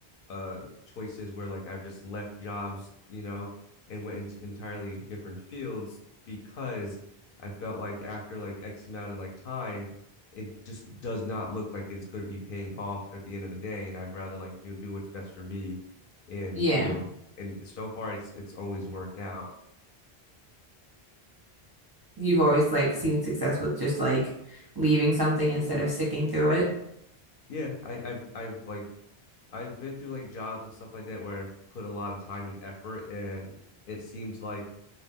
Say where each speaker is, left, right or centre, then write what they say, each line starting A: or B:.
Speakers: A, on the left; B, on the right.
A: uh choices where like I've just left jobs, you know, and went into entirely different fields because I felt like after like X amount of like time, it just does not look like it's going to be paying off at the end of the day, and I'd rather like you know do what's best for me, and
B: yeah,
A: you know, and so far it's it's always worked out.
B: you've always like seen success with just like leaving something instead of sticking through it.
A: Yeah, I, I've I've like I've been through like jobs and stuff like that where I've put a lot of time and effort, and it seems like